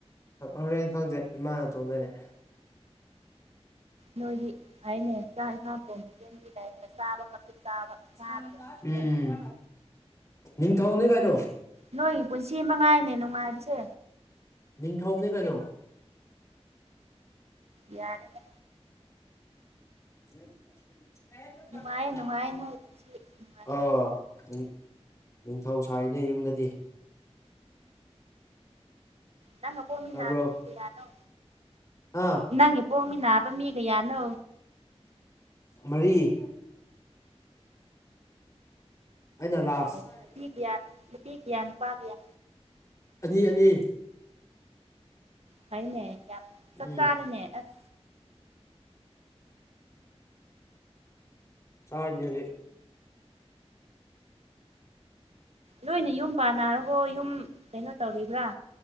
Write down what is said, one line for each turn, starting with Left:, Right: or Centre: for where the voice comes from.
Left: ꯍꯣꯔꯦꯟ ꯈꯪꯗꯦ ꯏꯃꯥꯅ ꯊꫭꯡꯗꯣꯏꯅꯦ
Right: ꯅꯣꯏꯗꯤ ꯍꯥꯏꯅꯦ ꯆꯥꯛ ꯏꯟꯁꯥꯡ ꯊꫭꯡꯕꯤꯌꯦ <unintelligible> ꯆꯥꯕ ꯈꯛꯇꯤ ꯆꯥꯕ
Left: <unintelligible>
Right: ꯆꯥꯔꯒ ꯑꯃꯨꯛ
Left: ꯎꯝ
Right: ꯇꯨꯝꯃꯅꯤ
Left: ꯅꯤꯡꯊꯧꯅꯦ ꯀꯩꯅꯣ
Right: ꯅꯣꯏꯒꯤ ꯄꯨꯟꯁꯤ ꯃꯉꯥꯏꯅꯦ ꯅꯨꯡꯉꯥꯏꯕꯁꯦ
Left: ꯅꯤꯡꯊꯧꯅꯦ ꯀꯩꯅꯣ
Right: ꯌꯥꯔꯦꯍꯦ
Left: <unintelligible>
Right: ꯅꯨꯡꯉꯥꯏꯌꯦ ꯅꯨꯡꯉꯥꯏꯌꯦ ꯅꯣꯏ ꯄꯨꯟꯁꯤ ꯅꯨꯡꯉꯥꯏꯌꯦ
Left: ꯑꫭ ꯅꯤꯡꯊꯧ ꯁꯥꯏꯅꯦ ꯌꯨꯝꯗꯗꯤ
Right: ꯅꯪ ꯑꯄꯣꯝꯃꯤ
Left: ꯇꯥꯕ꯭ꯔꯣ
Right: ꯅꯥꯕ ꯃꯤ ꯀꯌꯥꯅꯣ
Left: ꯑꯥ
Right: ꯅꯪꯒꯤꯄꯣꯝꯃꯤ ꯅꯥꯕ ꯃꯤ ꯀꯌꯥꯅꯣ
Left: ꯃꯔꯤ ꯑꯩꯅ ꯂꯥꯁ
Right: ꯑꯣ ꯅꯨꯄꯤꯀꯌꯥ ꯅꯨꯄꯤꯀꯌꯥ ꯅꯨꯄꯥꯀꯌꯥ
Left: ꯑꯅꯤ ꯑꯅꯤ
Right: ꯐꯩꯅꯦ ꯌꯥꯝ ꯆꯞ
Left: ꯎꯝ
Right: ꯆꯥꯔꯦꯅꯦ ꯑꯁ
Left: ꯆꯥꯔꯤꯅꯦ ꯍꯧꯖꯤꯛ <unintelligible>
Right: ꯅꯣꯏꯅ ꯌꯨꯝ ꯄꯥꯟꯅꯔꯕꯣ ꯌꯨꯝ ꯀꯩꯅꯣ ꯇꯧꯔꯤꯕ꯭ꯔꯥ